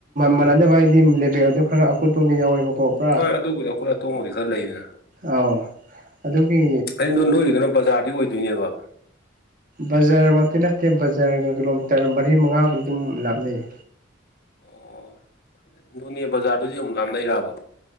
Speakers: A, on the right (about 40°); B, on the left (about 50°).
A: ꯃꯥꯟꯅꯗꯕ ꯍꯥꯏꯗꯤ ꯂꯦꯕꯦꯛ ꯑꯗꯨ ꯈꯔ ꯑꯀꯨꯠꯇꯣꯡꯗ ꯌꯥꯎꯋꯦꯕꯀꯣ ꯄꯨꯔꯥ
B: ꯍꯣꯏ ꯑꯗꯨꯕꯨꯗꯤ ꯑꯩꯈꯣꯏ ꯑꯇꯣꯡꯕꯗꯤ ꯈꯔ ꯂꯩꯗꯅ
A: ꯑꯥꯎ ꯑꯗꯨꯒꯤ
B: ꯑꯩꯩꯅꯣ ꯅꯣꯏꯒꯤꯗꯨꯅ ꯕꯖꯥꯔꯗꯤ ꯑꯣꯏꯗꯣꯏꯅꯦꯕ
A: ꯕꯖꯥꯔꯃꯛꯇꯤ ꯅꯠꯇꯦ ꯕꯖꯔꯒ ꯀꯤꯂꯣꯃꯤꯇꯔ ꯃꯔꯤ ꯃꯉꯥꯕꯨꯗꯤ ꯑꯗꯨꯝ ꯂꯥꯞꯅꯩꯌꯦ
B: ꯑꯣ ꯅꯣꯅꯦ ꯕꯖꯥꯔꯗꯨꯗꯤ ꯑꯃꯨꯛ ꯂ ꯂꯩꯔꯑꯕ